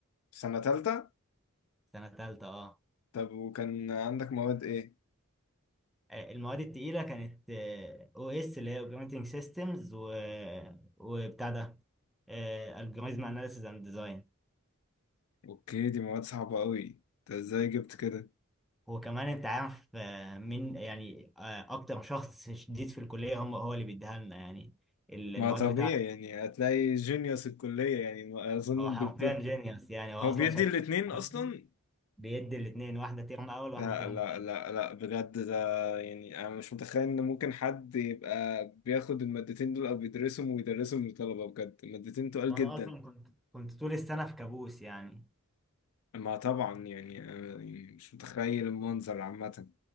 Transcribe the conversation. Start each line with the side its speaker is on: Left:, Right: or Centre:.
Left: سنه تالتة
Centre: سنة تالتة أه
Left: طب وكان عندك مواد ايه
Centre: المواد التقيلة كانت او اس اللي هي اوبريتنج سيستمز و وبتاع ده الجوريزم اناليسيز اند ديزاين
Left: اوكي دي مواد صعبه قوي انت ازاي جبت كده
Centre: وكمان انت عارف آه، مين يعني آه، اكتر شخص شديد في الكليه هم هو اللي بيديها لنا يعني ال-
Left: ما
Centre: المواد
Left: طبيعي
Centre: بتاعته
Left: يعني هتلاقي جينيوس الكلية يعني ما أظن
Centre: هو
Left: الدكتور
Centre: حرفيا جينيوس يعني هو
Left: هو
Centre: اصلا
Left: بيدي
Centre: شغال
Left: الاتنين
Centre: في
Left: أصلا
Centre: حياتنا بيدي الاثنين واحده ترم اول واحده
Left: لا
Centre: ترم
Left: لا
Centre: تاني
Left: لا لا بجد ده يعني أنا مش متخيل إن ممكن حد يبقى بياخد المادتين دول أو بيدرسهم ويدرسهم للطلبة بجد المادتين تقال
Centre: وانا
Left: جدا
Centre: اصلا كنت كنت طول السنه في كابوس يعني
Left: ما طبعا يعني أنا يعني مش متخيل المنظر عامة